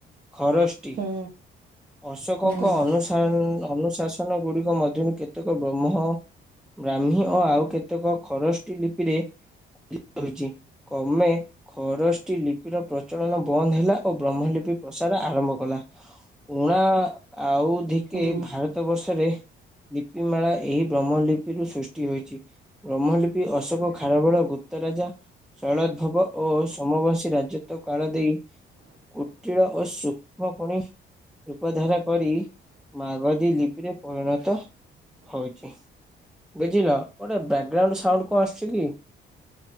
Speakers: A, in the centre; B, on the right.
A: ଖରଷ୍ଟି
B: ହୁଁ
A: ଅଶୋକଙ୍କ
B: ହୁଁ
A: ଅନୁ ଅନୁଶାସନ ଗୁଡିକ ମଧ୍ୟରୁ କେତେକ ବ୍ରହ୍ମ ବ୍ରାହ୍ମୀ ଓ ଆଉ କେତେକ ଖରଷ୍ଟି ଲିପ୍ ମେ ଖରଷ୍ଟି ଲି ଲିପୀର ପ୍ରଚଳନ ବନ୍ଦ ହେଲା ଓ ବ୍ରହ୍ମଲିପି ପ୍ରସାର ଆରମ୍ଭ କଲା। ଉଣା ଆଉ ଧିକେ
B: ହୁଁ
A: ଭାରତ ବର୍ଷରେ ଲିପି ମେଳା ଏହି ବ୍ରହ୍ମଲିପିରୁ ସୃଷ୍ଟି ହୋଇଛି ବ୍ରହ୍ମଲିପି ଅଶୋକ ଖାରବଳ ଗୁପ୍ତରାଜା ଶଳୋଦଦ୍ଭବ ଓ ସମବଂଶୀ ରାଜତ୍ଵ କାଳ ଦେଇ କୁଟିଳ ଓ ସୂକ୍ଷ୍ମ ଖଣି ରୂପ ଧାରା କରି ମାାଗଧୀ ଲିପିରେ ପରିଣତ ହଉଛି ବୁଝିଲ। ଗୋଟେ ବ୍ୟାଗ୍ ଗ୍ରାଉଣ୍ଡ ସାଉଣ୍ଡ କଣ ଆସୁଛି କି?